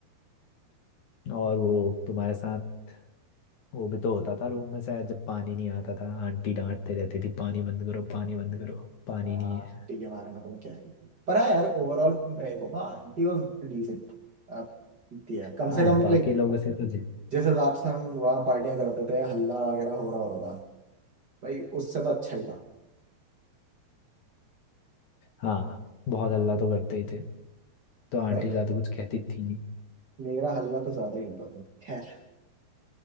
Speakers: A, on the left; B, on the right.
A: और वो तुम्हारे साथ वो भी तो होता था रूम में शायद जब पानी नहीं आता था आंटी डांटते रहती थी पानी बंद करो पानी बंद करो पानी
B: पड़ेगा?
A: नहीं
B: हाँ
A: है
B: ठीक है मारेगा तो मैं क्या ही बोलूं। पर हाँ यार ओवरऑल मेरे को हाँ आंटी वॉज डिसेंट आप दिया कम
A: हाँ
B: से कम
A: बाकी
B: लाइक
A: लोगों से तो जी
B: जिस हिसाब से हम वहाँ पार्टियां करते थे हल्ला वगैरह हो रहा होता था भाई उससे तो अच्छा ही था
A: हाँ बहुत हल्ला तो करते ही थे तो आंटी
B: भाई
A: ज्यादा कुछ कहती थी नहीं
B: मेरा हल्ला तो ज्यादा ही होता था खैर